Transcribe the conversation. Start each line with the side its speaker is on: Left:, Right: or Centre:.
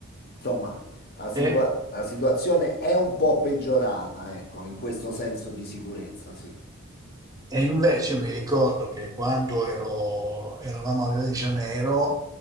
Left: Insomma, la, situa-
Right: E
Left: la situazione è un po' peggiorata, ecco, in questo senso di sicurezza, sì,
Right: E invece mi ricordo che quando ero, eravamo a Rio de Janeiro